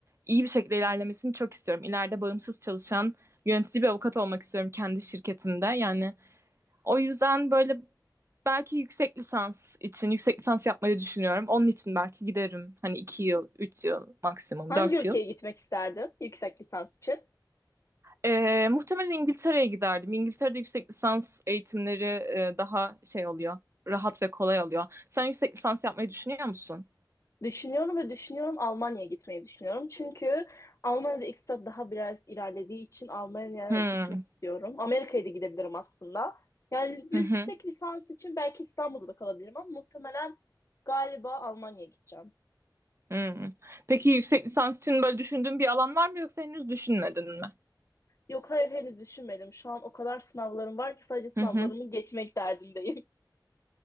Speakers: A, on the right; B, on the left.
A: iyi bir şekilde ilerlemesini çok istiyorum. İleride bağımsız çalışan yönetici bir avukat olmak istiyorum kendi şirketimde. Yani o yüzden böyle belki yüksek lisans için, yüksek lisans yapmayı düşünüyorum. Onun için belki giderim. Hani iki yıl, üç yıl maksimum,
B: Hangi
A: dört
B: ülkeye
A: yıl.
B: gitmek isterdim yüksek lisans için?
A: Ee, muhtemelen İngiltere'ye giderdim. İngiltere'de yüksek lisans eğitimleri e, daha şey oluyor, rahat ve kolay oluyor. Sen yüksek lisans yapmayı düşünüyor musun?
B: Düşünüyorum ve düşünüyorum Almanya'ya gitmeyi düşünüyorum. Çünkü Almanya'da iktisat daha biraz ilerlediği için Almanya'ya
A: Hmm,
B: gitmek istiyorum. Amerika'ya da gidebilirim aslında. Yani yüksek
A: Hı hı.
B: lisans için belki İstanbul'da da kalabilirim ama muhtemelen galiba Almanya'ya gideceğim.
A: Hmm. Peki yüksek lisans için böyle düşündüğün bir alan var mı yoksa henüz düşünmedin mi?
B: Yok hayır henüz düşünmedim. Şu an o kadar sınavlarım var ki sadece sınavlarımı
A: Hı hı.
B: geçmek derdindeyim. <laughs>